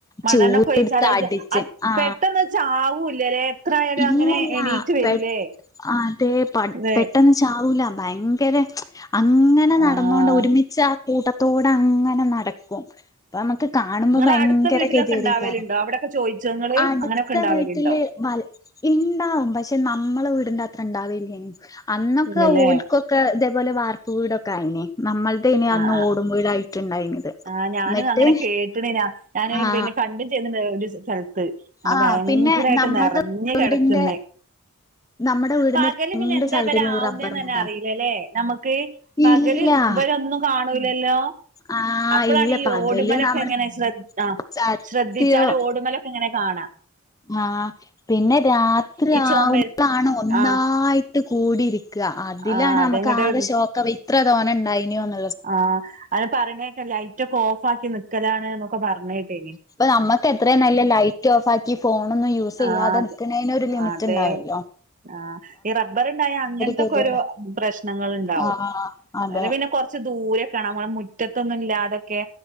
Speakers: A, on the right; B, on the left.
A: മണ്ണെണ്ണൊക്കെ
B: ചൂട്ടെടുത്ത്
A: ഒഴിച്ചാല് അത്
B: അടിച്ച്
A: അത്
B: ആ
A: പെട്ടെന്ന് ചാവൂല്ലല്ലേ എത്ര ആയാലും
B: ഇല്ലല്ലാ
A: അങ്ങനെ എണീറ്റ് വരൂലേ
B: പെ ആ അതേ പട്
A: അതെ
B: പെട്ടെന്ന് ചാവൂല ഭയങ്കരെ അങ്ങനെ നടന്നോണ്ട്
A: ആഹ്
B: ഒരുമിച്ച് ആ കൂട്ടത്തോട അങ്ങനെ നടക്കും അപ്പ നമക്ക് കാണുമ്പോ
A: നിങ്ങളെ
B: ഭയങ്കര
A: അടുത്ത വീട്ടിലൊക്കെ
B: ഗതിയേടെയ്ക്കാരം
A: ഉണ്ടാവലുണ്ടോ അവിടൊക്കെ ചോദിച്ചോ നിങ്ങള്
B: അടുത്ത
A: അങ്ങനെയൊക്കെ ഉണ്ടാവലുണ്ടോ
B: വീട്ടില് വൽ ഇണ്ടാവും പക്ഷെ നമ്മള വീടിന്റെ അത്ര ഇണ്ടാവില്ലേയ്ന്ന് അന്നൊക്കെ
A: ഇല്ലല്ലേ
B: ഓൽക്കൊക്കെ ഇതേപോലെ വാർപ്പ് വീടൊക്കെ ആയേനേ നമ്മൾടേയിന്
A: ആ
B: അന്ന്
A: ആ
B: ഓടുംവീടായിട്ടുണ്ടായിന്നിത്
A: ആ ഞാനും
B: എന്നിട്ട്
A: അങ്ങനെ കേട്ടിണ് ഞാൻ ഞാന്
B: ആ
A: പിന്നെ കണ്ടും <unintelligible> ഒരു സ്ഥലത്ത് അനെ
B: ആഹ്
A: ഭയങ്കരായിട്ട്
B: പിന്നെ നമ്മൾടെ
A: നെറഞ്ഞ്
B: വീടിന്റെ
A: കെടക്ക്ന്നെ
B: നമ്മുടെ വീടിന്റെ
A: പകല്
B: രണ്ട്
A: പിന്നെ എന്താ
B: സൈഡിലും
A: ഇവരാവുന്നേന്നെന്നെ
B: ഈ റബ്ബർ മരാ
A: അറിയീല്ലല്ലേ നമുക്ക് പകല്
B: ഇല്ല
A: ഇവരൊന്നും കാണൂലല്ലോ
B: ആഹ്
A: അപ്പളാണീ
B: ഇല്ല പകല്
A: ഓടുമ്മലൊക്കെ
B: നമ്മള്
A: ഇങ്ങനെ ശ്രദ് ആ
B: സത്യം
A: ശ്രദ്ധിച്ചാല് ഓടുമ്മലൊക്കെ ഇങ്ങനെ കാണാ
B: ആഹ് പിന്നെ രാത്രി
A: ഈ ചുമര്
B: ആവുമ്പളാണ് ഒന്നായിട്ട്
A: ആ
B: കൂടിയിരി ക്ക അതിലാണ്
A: ആ അതങ്ങട്
B: അമ്മക്ക് ആകെ ഷോക്കാവ ഇത്ര തോനെ ഉണ്ടായിന്യോന്ന്
A: ആഹ് അത് പറിണേക്ക ലൈറ്റൊക്കെ ഓഫാക്കി നിക്കലാണ്ന്നൊക്കെ പറഞ്ഞേട്ടീന്ന്
B: ഇപ്പ നമ്മക്ക് എത്രേം നല്ലെ ലൈറ്റും ഓഫാക്കി ഫോണൊന്നും യൂസെയ്യാതെ
A: ആഹ് അതെ
B: നിക്കണേനൊരു ലിമിറ്റ്ണ്ടാവല്ലോ
A: അതെ ആഹ് ഈ റബ്ബറിണ്ടായ അങ്ങൻത്തൊക്കൊരു
B: ഗതികേടാ
A: പ്രശ്നങ്ങള്ണ്ടാവും
B: ആഹ് അതെ
A: അല്ലെപിന്നെ കൊറച്ച് ദൂ പൂരേക്കണാൻ പോണം മുറ്റത്തൊന്നും ഇല്ലാതൊക്കെ